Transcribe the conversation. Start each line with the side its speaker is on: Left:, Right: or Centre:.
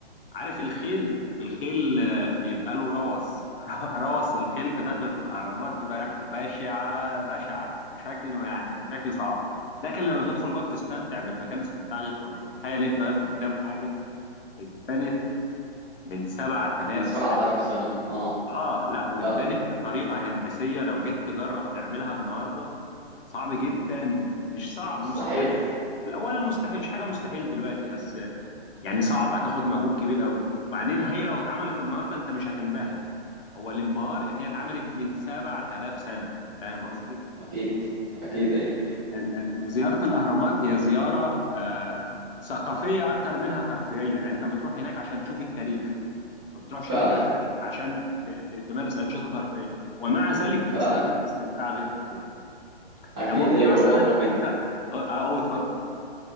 Left: عارف الخيل الخيل آه، بيبقى له روث <laughs> روث الخيل في دخلة الأهرامات بيبقى ريحته بشعة بشعة بشكل يعني بشكل صعب لكن لما بتدخل جوه بتستمتع بالمكان استمتاع غير طبيعي تخيل انت واقف قدام حاجة اتبنت من 7000
Right: من 7000
Left: سنة
Right: سنة اه
Left: اه لا واتبنت
Right: فعلا
Left: بطريقة هندسية لو جيت تجرب تعملها النهاردة صعب جدا مش صعب مست...
Right: مستحيل
Left: يعني ولا مستحيل مش حاجة مستحيل دلوقتي بس يعني صعب هتاخد مجهود كبير قوي وبعدين هي لو اتعملت النهارده انت مش هتنبهر هو الانبهار ان هي اتعملت من 7000 سنه فاهم قصدي
Right: اكيد اكيد
Left: ال-
Right: ايوه
Left: ال- ال- ال- زياره الاهرامات هي زياره آه ثقافيه اكتر منها ترفيهيه يعني انت بتروح هناك عشان تشوف التاريخ ما بتروحش
Right: فعلا
Left: هناك عشان عشان ت- ت- تمارس انشطه ترفيهيه ومع ذلك بتستمتع
Right: فعلا
Left: استمتاع غير طبيعي
Right: اكيد
Left: طب قول لي
Right: ايوه
Left: مثلا
Right: برضه من
Left: انت اه اه، اتفضل